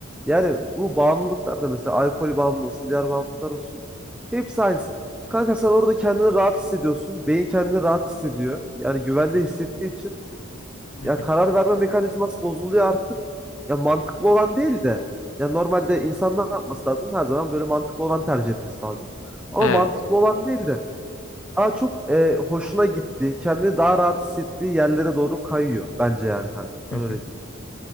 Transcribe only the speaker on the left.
Hı hı,
hı
hı,
Evet.
Hı
hı.